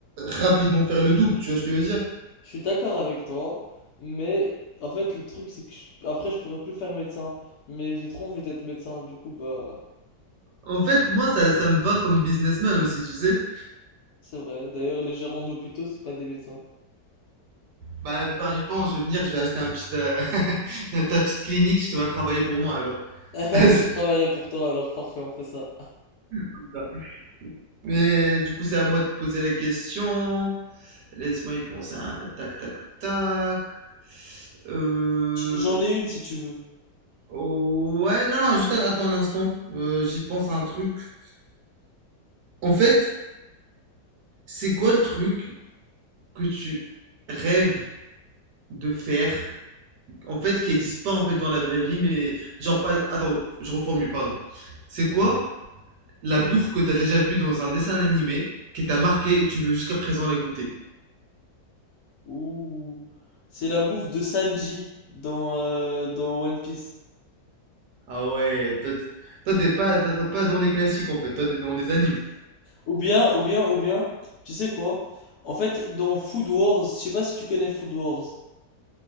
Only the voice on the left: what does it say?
Je suis d'accord avec toi, mais en fait le truc c'est que je- après je pourrais plus faire médecin, mais j'ai trop envie d'être médecin, du coup bah
c'est vrai. D'ailleurs les gérants d'hôpitaux c'est pas des médecins.
<laughs>
Ah,
bah, je travaillerai pour toi alors parfait, on fait ça.
J- J'en ai une si tu veux.
Ouh, c'est la bouffe de Sanji dans euh, dans One Piece.
Ou bien, ou bien, ou bien, tu sais quoi? En fait, dans Food Wars, je sais pas si tu connais Food Wars.